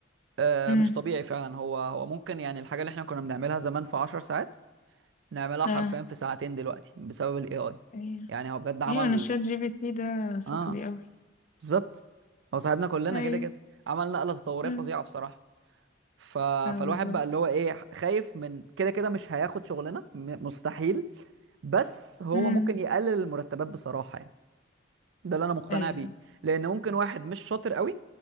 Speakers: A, on the right; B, on the left.
A: آه،
B: امم
A: مش طبيعي فعلا هو هو ممكن يعني الحاجه اللي احنا كنا بنعملها زمان في 10 ساعات نعملها
B: اه
A: حرفيا في ساعتين دلوقتي بسبب الاي اي
B: ايوه
A: يعني هو بجد عمل
B: ايوه انا الشات جي بي تي ده صاحبي
A: اه
B: قوي
A: بالظبط هو صاحبنا كلنا
B: ايوه
A: كده كده عمل نقله تطوريه
B: أمم.
A: فظيعه بصراحه ف...
B: اه
A: فالواحد
B: بالظبط
A: بقى اللي هو ايه خايف من كده كده مش هياخد شغلنا م- مستحيل بس هو
B: امم
A: ممكن يقلل المرتبات بصراحة يعني ده اللي انا مقتنع
B: ايوه
A: بيه لان ممكن واحد مش شاطر قوي